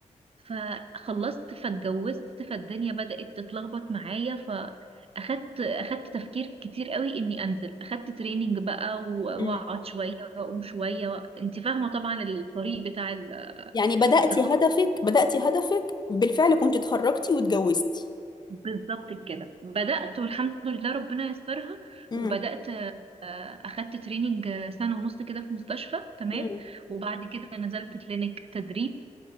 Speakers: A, on the right (about 50°); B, on the left (about 35°).
A: فخلصت فاتجوزت فالدنيا بدأت تتلخبط معايا فأخدت أخدت تفكير كتير قوي إني أنزل أخدت تريننج بقى و- وأقعد
B: امم
A: شوية وأقوم شوية و... أنت فاهمة طبعا الطريق بتاع ال...
B: يعني بدأتي
A: التخصص
B: هدفك بدأتي هدفك بالفعل كنت اتخرجتي واتجوزتي
A: بالظبط كده بدأت والحمد لله ربنا يسترها
B: امم
A: وبدأت آه، أخدت تريننج سنة ونص كده في مستشفى تمام
B: امم
A: وبعد كده نزلت كلينيك تدريب